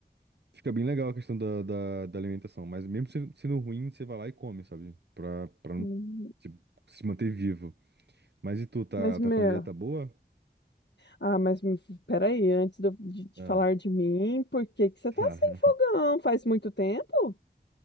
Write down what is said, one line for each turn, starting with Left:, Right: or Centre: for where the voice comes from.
Right: fica bem legal a questão da, da, da alimentação. Mas mesmo se- sendo ruim, você vai lá e come, sabe? Pra, pra não,
Left: Hum,
Right: tipo, se manter vivo. Mas e tu, tá,
Left: Mas, meu,
Right: tá com a dieta boa?
Left: Ah, mas me- peraí, antes de, eu- de- de
Right: Ah,
Left: falar de mim, por que que você
Right: <laughs>
Left: tá
Right: tá.
Left: sem fogão? Faz muito tempo?